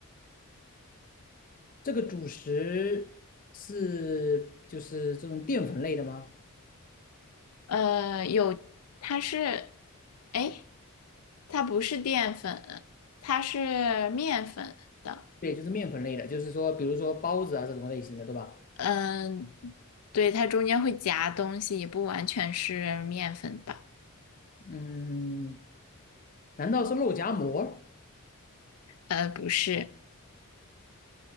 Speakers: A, on the left; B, on the left.
A: 这个主食是就是这种淀粉类的吗？
B: 呃，有，它是，哎，它不是淀粉，它是面粉的。
A: 对，就是面粉类的，就是说比如说包子啊这种类型的，对吧？
B: 嗯、对，它中间会夹东西，也不完全是面粉吧？
A: 嗯，难道是肉夹馍、
B: 呃，不是，